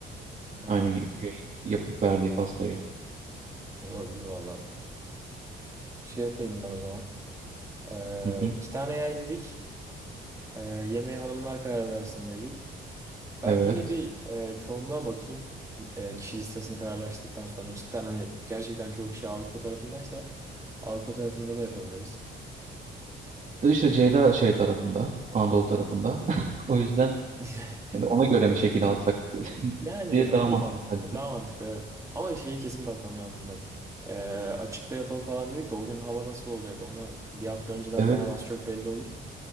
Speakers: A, on the right; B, on the right.
A: <laughs> Aha,
B: Aynı gün yapıp verdiği pastayı.
A: Olabilir valla. Şey yapayım ben o zaman. Ee,
B: Hı hı.
A: iki tane yer dedik. Ee, yemeği hanımlar karar versin dedik. Ben
B: Evet.
A: yine bir e, çoğunluğa bakayım. E, kişi listesini kararlaştıktan sonra cidden hani gerçekten çoğu kişi Avrupa tarafındaysa Avrupa tarafında da yapabiliriz.
B: De İşte Ceyda şey tarafında, Anadolu tarafında. <laughs> O yüzden
A: <laughs>
B: hani ona göre mi şekil alsak <laughs>
A: Yani
B: diye daha
A: o da
B: mantıklı.
A: mantıklı,
B: Hani,
A: daha mantıklı evet. Ama şeye kesin bakmam lazım bak. Ee, açıkta yapalım falan dedik de o gün hava nasıl olacak onu bir hafta önceden
B: Evet
A: falan az çok belli olur.